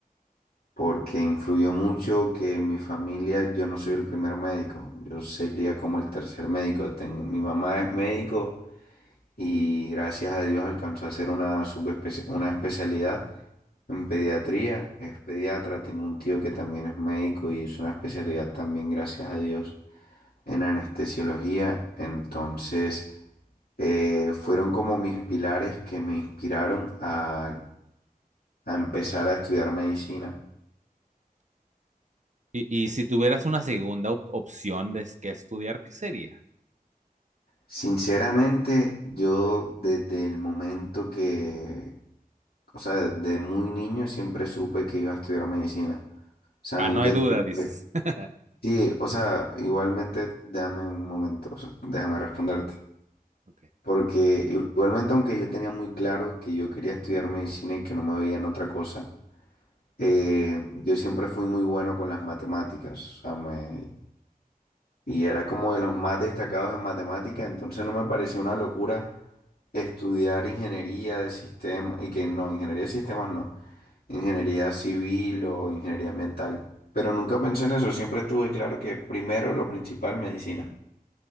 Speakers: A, on the left; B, on the right.
A: Porque influyó mucho que en mi familia yo no soy el primer médico, yo sería como el tercer médico. Tengo, mi mamá es médico. y gracias a Dios alcanzó a hacer una, subespecia- una especialidad en pediatría. Es pediatra, tengo un tío que también es médico y hizo una especialidad también, gracias a Dios, en anestesiología. Entonces, eh, fueron como mis pilares que me inspiraron a, a empezar a estudiar medicina.
B: Y, y si tuvieras una segunda op- opción de qué estudiar, ¿qué sería?
A: Sinceramente, yo desde el momento que, o sea, desde muy niño siempre supe que iba a estudiar medicina. O sea,
B: Ah,
A: nunca
B: no hay duda,
A: tuve,
B: dices. <laughs>
A: Sí, o sea, igualmente, déjame un momento, o sea, déjame responderte.
B: Ok,
A: Porque igualmente, aunque yo tenía muy claro que yo quería estudiar medicina y que no me veía en otra cosa, eh, yo siempre fui muy bueno con las matemáticas. O sea, me, y era como de los más destacados en matemática, entonces no me parecía una locura estudiar ingeniería de sistemas, y que no, ingeniería de sistemas no, ingeniería civil o ingeniería ambiental. Pero nunca pensé en eso, siempre tuve claro que primero lo principal, medicina.